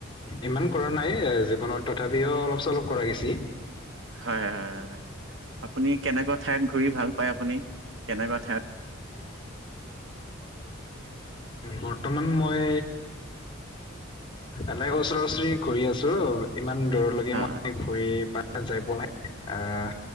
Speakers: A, on the left; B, on the right.
A: ইমান কৰা নাই, মানত তথাপিও অলপ চ অলপ কৰা গৈছি।
B: হয়-হয়-হয়। আপুনি কেনেকুৱা ঠাইত ঘূৰি ভাল পায় আপুনি কেনেকুৱা ঠাইত। <inaudible>
A: বৰ্তমান মই এনোই ওচৰা ওচৰি ঘূৰি আছোঁ আৰু ইমান দূৰলৈকে
B: হয়
A: মই ঘূৰি পেনে যাই পোৱা নাই। আহ